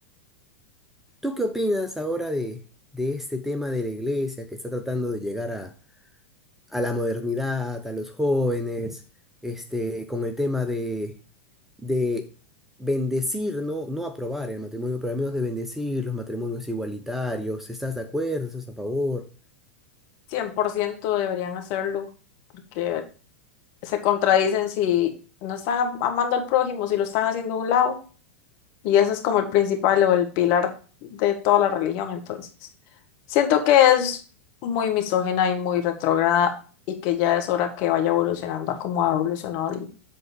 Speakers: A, in the centre; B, on the left.
A: ¿Tú qué opinas ahora de, de este tema de la iglesia que está tratando de llegar a a la modernidad, a los jóvenes, este, con el tema de, de bendecir, no, no aprobar el matrimonio, pero al menos de bendecir los matrimonios igualitarios. ¿Estás de acuerdo? ¿Estás a favor?
B: cien por ciento deberían hacerlo, porque se contradicen si no están am- amando al prójimo, si lo están haciendo a un lado. Y eso es como el principal o el pilar de toda la religión, entonces. Siento que es muy misógena y muy retrógrada y que ya es hora que vaya evolucionando a como ha evolucionado el-